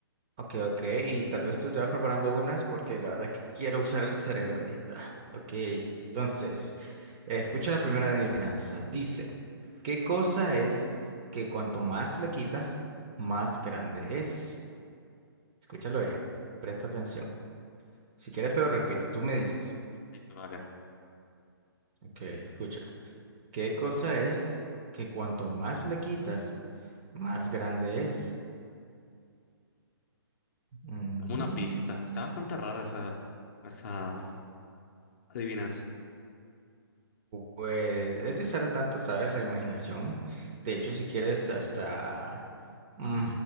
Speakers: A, on the right; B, on the left.
A: Ok, ok, y tal vez tú te vas preparando unas porque la verdad es que quiero usar el cerebro ahorita. Ok, entonces, eh, escucha la primera adivinanza. Dice, ¿qué cosa es que cuanto más le quitas, más grande es? Escúchalo bien, presta atención. Si quieres te lo repito, tú me dices.
B: Listo, vale.
A: Ok, escucha. ¿Qué cosa es que cuanto más le quitas, más grande es? Mm,
B: Dame una pista. Está bastante rara esa, esa adivinanza.
A: Pues es de usar un tanto, ¿sabes? La imaginación. De hecho, si quieres hasta... mm,